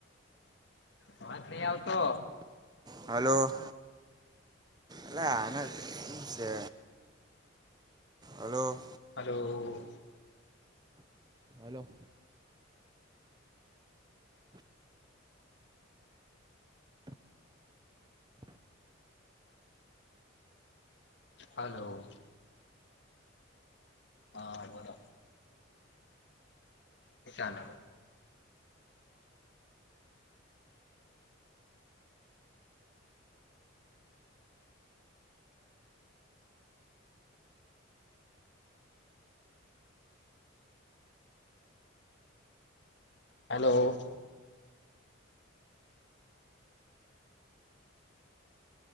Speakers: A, on the left (about 55°); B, on the right (about 20°).
A: અવાજ નહી આવતો?
B: હલો, એલે આને જ છે. Hello,
A: hello!
B: હલો!
A: હલો, હા બોલો? એ ચાલે? હલો!